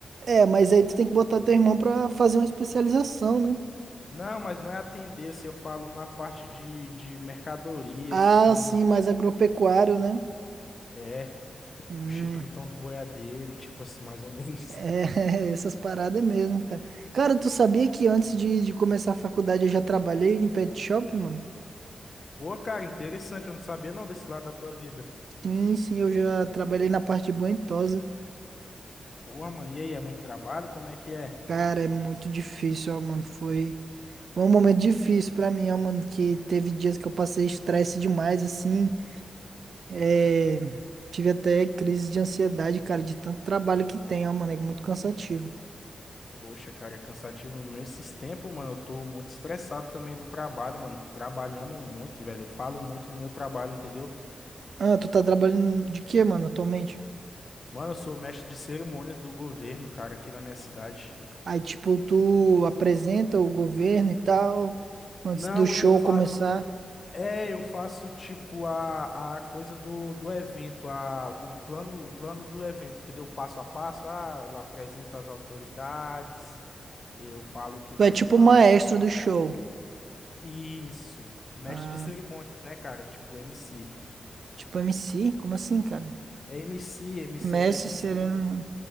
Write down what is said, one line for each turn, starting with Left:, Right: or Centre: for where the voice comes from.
Right: é, mas aí tu tem que botar teu irmão pra fazer uma especialização, né?
Left: Não, mas não é atender, se eu falo na parte de, de mercadoria,
Right: Ah,
Left: assim.
Right: sim, mais agropecuário, né?
Left: É,
Right: Hum,
Left: o chicletão do boiadeiro, tipo assim, mais ou menos.
Right: é, <laughs> essas paradas mesmo, cara. Cara, tu sabia que antes de, de começar a faculdade eu já trabalhei em pet shop, mano?
Left: <laughs> Pô, cara, interessante, eu não sabia não desse lado da tua vida.
Right: Sim, sim, eu já trabalhei na parte de banho-tosa.
Left: Porra, mano, e aí, é muito trabalho? Como é que é?
Right: Cara, é muito difícil, ó, mano. Foi, foi um momento difícil pra mim, ó, mano, que teve dias que eu passei estresse demais, assim. É, tive até crise de ansiedade, cara, de tanto trabalho que tem, ó, mano, é muito cansativo.
Left: Poxa, cara, é cansativo mesmo. Esses tempos, mano, eu tô muito estressado também do trabalho, mano. Trabalhando muito, velho. Eu falo muito do meu trabalho, entendeu?
Right: Ah, tu tá trabalhando de quê, mano, atualmente?
Left: Mano, eu sou mestre de cerimônias do governo, cara, aqui na minha cidade.
Right: Aí, tipo, tu apresenta o governo e tal, antes
Left: Não,
Right: do show
Left: eu faço.
Right: começar.
Left: É, eu faço tipo a, a coisa do, do evento, a, o plano, o plano do evento, entendeu? O passo a passo. Ah, eu apresento as autoridades, eu falo o que vai
Right: Tu é tipo
Left: ser falado
Right: o maestro
Left: no evento.
Right: do show.
Left: Isso. Mestre
Right: Ah,
Left: de cerimônias, né, cara? Tipo MC.
Right: tipo MC? Como assim, cara?
Left: É MC, MC
Right: Mestre
Left: é mestre
Right: Sereno,
Left: de cerimônia,
Right: mano.